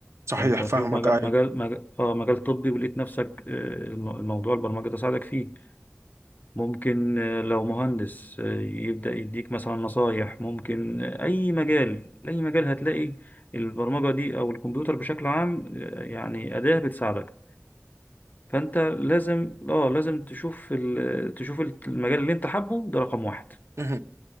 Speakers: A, on the left; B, on the right.
A: فانت
B: صحيح
A: هتشوف
B: فاهمك
A: مجال
B: ايوه
A: مجال مجال, آه مجال طبي ولقيت نفسك آه، الم- الموضوع البرمجة ده ساعدك فيه ممكن آه، لو مهندس آه، يبدأ يديك مثلا نصايح ممكن آه، أي مجال أي مجال هتلاقي البرمجة دي أو الكمبيوتر بشكل عام آه، يعني أداة بتساعدك فأنت لازم اه لازم تشوف ال- تشوف المجال اللي أنت حابه ده رقم واحد
B: امم